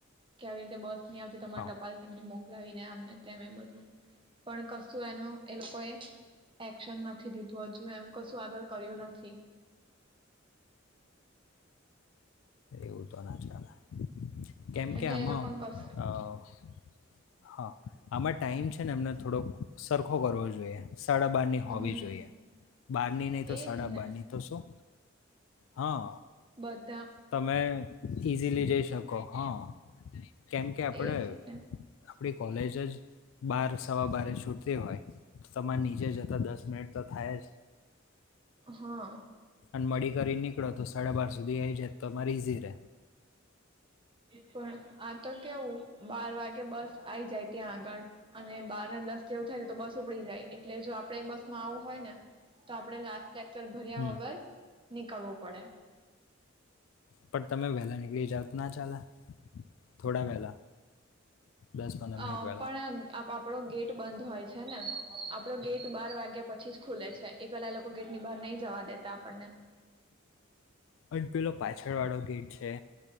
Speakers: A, on the right; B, on the left.
A: કે આવી રીતે બસ ની આવતી તમારી
B: હા
A: ટપાલ કે એમને મોકલાવીને આમને તેમ એ બધું પણ કશું એનું એ લોકો એ એક્શન નથી લીધું હજુ એમ. કશું આગળ કર્યું નથી.
B: એવું તો ના ચાલે કેમ
A: એટલે
B: કેમાં
A: એ લોકોને કશું
B: હા. આમા ટાઈમ છે ને એમને થોડોક સરખો કરવો જોઈએ. સાડા બાર ની
A: હમ
B: હોવી જોઈએ બારની નહી તો
A: એજ
B: સાડા
A: ને
B: બારની તો શું હા
A: બંધ
B: તમે ઈઝીલી જઈ શકો હા કેમ કે આપડે
A: એજ ને
B: આપણી કોલેજ જ બાર સવા બ છૂટતી હોય. તમારે નીચે જતા દસ મિનિટ તો થાય જ.
A: હા
B: અને મળી કરી નીકળો તો સાડા બાર સુધી આવી જાય તો અમારે ઈઝી ર.
A: પણ આ તો કેવું બાર વાગે બસ આવી જાય ત્યાં આગળ અને બારને દસ જેવું થાય તો બસ ઉપડી જાય એટલે જો આપડે બસ આવું હોય ને તો આપડે લાસ લે ભર્યા
B: હમ
A: વગર નીકળવું પડે.
B: પણ તમે વહેલા નીકળી જા કના ચાલ થોડા વહેલા દસ પંદર
A: અ
B: મિનિટ વહેલા
A: પણ આપ આપડો ગેટ બંધ હોય છે ને આપડો ગેટ બાર વાગ્યા પછી જ ખુલે છે એ પેલા એ લોકો ગેટ ની બાર નહી જવા દેતા આપણને
B: અ પેલો પાછળ વાળો ગેટ છે